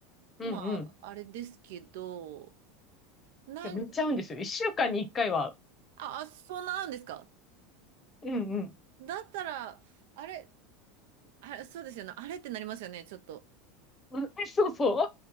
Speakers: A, on the left; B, on the right.
A: うんうん。
B: まあ、あれですけど、
A: いや、
B: なん、
A: めっちゃ合うんですよ。一週間に一回は。
B: あ、あそうなあんですか。
A: うんうん。
B: だったら、あれ、あれ、そうですよね。あれってなりますよね、ちょっと。
A: <laughs> うんえそうそう。なん